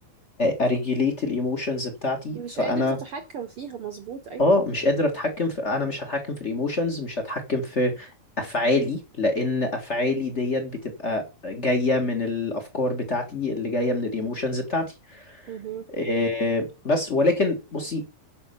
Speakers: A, on the left (about 55°); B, on the right (about 65°).
A: اريجيليت الايموشنز بتاعتي
B: مش
A: فانا
B: قادر تتحكم فيها مظبوط ايوه
A: اه مش قادر اتحكم في انا مش هتحكم في الايموشنز مش هتحكم في افعالي لان افعالي ديت بتبقى جايه من الافكار بتاعتي اللي جايه من الايموشنز بتاعتي
B: مهم.
A: إيه، بس ولكن بصي